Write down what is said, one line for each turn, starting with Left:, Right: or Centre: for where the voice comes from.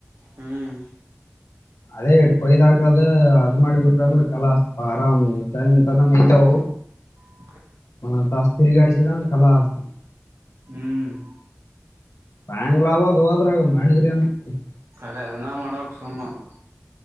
Right: ಹ್ಮ್
Left: ಅದೇ ಇಟ್ ಕೊಯ್ದ್ ಹಾಕದ ಅದ್ ಮಾಡಿಬಿಟ್ರ ಅಂದ್ರ ಕಲಾಸ್ಪ ಆರಾಮ್ ತಂದ ತನಯ್ತವು
Right: ಹ
Left: ಮ ತ ಸ್ತ್ರರಿ ಗಡಿಸಿ ನ ಕಲ ಆ <unintelligible>
Right: ಹ್ಮ್
Left: ತಾಯಂಗ್ ಲಾಭದು ಹೋದ್ರಗ ಮಾಡಿದ್ರಿ ಏನ್ <unintelligible>
Right: ಅ ಅದನ್ನ ಮಾಡೋಕ್ ಸುಮ್ಮ <unintelligible>